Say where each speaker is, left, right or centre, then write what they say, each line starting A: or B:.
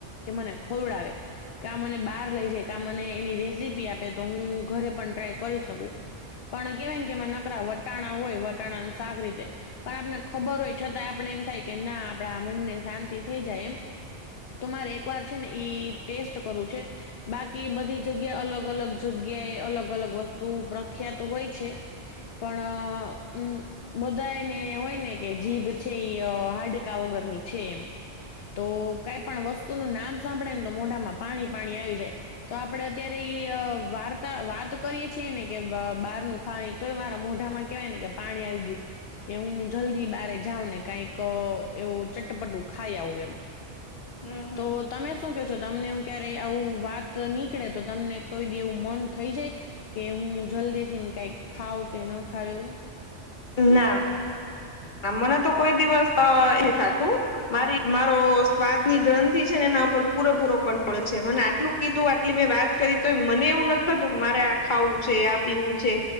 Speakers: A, on the left; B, on the left.
A: કે મને ખવડાવે. ક મને બહાર લઈ જ ક મને એની રેસીપી આપે તો હું ઘરે પણ ટ્રાય કરી શકું? પણ કેહેવાય ને કે એમાં નકરા વટાણા હોય વટાણાનું શાક રીતે પણ આપને ખબર હોય છતાં. આપણે એમ થાય કે ના આપડા મનને શાંતિ થઈ જાય એમ. તો મારે એક વાર છે ને ઈ ટેસ્ટ કરવું છે. બાકી બધી જગ્યા અલગ અલગ જગ્યા એ અલગ અલગ વસ્તુ પ્રખ્યાત હોય છે. પણમ બધાને હોય ને કે જીભ. છે એ હા્ડકા વગર ની છે એમ. તો કઈ પણ વસ્તુ ન નામ સાંભળે ને તો મોઢામાં પાણી પાણી આવી જાય. તો આપડે અત્યારે ઈ વાર્તા વાત કરીએ છેીએ ને કે બહારનું ખાણી. તોય મારા મોઢામાં કેવાય ને કે પાણી આવી ગયું કે હું જલ્દી બારે. જાાવ ને કઈક એવું ચટપટું ખાઈ આવું એમ.
B: હમ હમ
A: તો
B: હમ
A: તમે શું કે છો. તમને એું ક્યારે આવું વાત નીકળે તો તમને કોઈધી એવું મન થઈ જાય. કે હું જલ્દી થી કઈક ખાવ કે ન ખાવ એવું.
B: ના. આ મને તો કોઈ દિવસ એ થતું મારી મારો. વાદની ગ્રંથિ છે ને એના પર. પૂરેપૂરો કંટ્રોલ છે મને આટલું કીધું આટલી મેં વાત કરી તો મને એવું નથી થતું કે મારે આ ખાવું છે આ તેવું છે